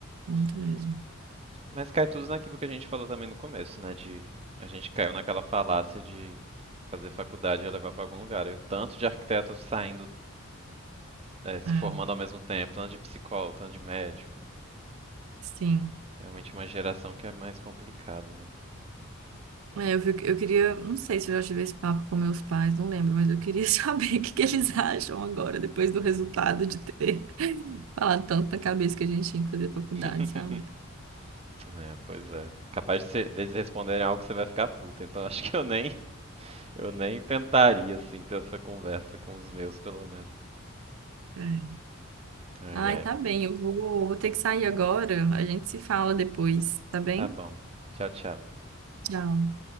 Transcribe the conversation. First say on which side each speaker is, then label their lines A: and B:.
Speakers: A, on the right; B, on the right.
A: Muito
B: Uhum.
A: mesmo.
B: Mas cai tudo naquilo que a gente falou também no começo, né? De a gente caiu naquela falácia de fazer faculdade e levar para algum lugar. E o tanto de arquitetos saindo, eh, se
A: É,
B: formando ao mesmo tempo, tanto de psicólogo, tanto de médico.
A: sim.
B: Realmente uma geração que é mais complicado, né?
A: É, eu, fico- eu queria, não sei se eu já tive esse papo com meus pais, não lembro, mas eu queria <laughs> saber o que que eles acham agora, depois do resultado de ter <laughs> falado tanto na cabeça que a gente tinha que fazer faculdade,
B: <laughs>
A: sabe?
B: É, pois é. Capaz de cê- deles responderem algo que você vai ficar puta. Então <laughs> acho que eu nem, eu nem tentaria, assim, ter essa conversa com os meus, pelo menos.
A: É.
B: Ai,
A: Ai,
B: ai.
A: tá bem, eu vou, vou ter que sair agora, a gente se fala depois, tá bem?
B: Tá bom. Tchau, tchau.
A: Tchau.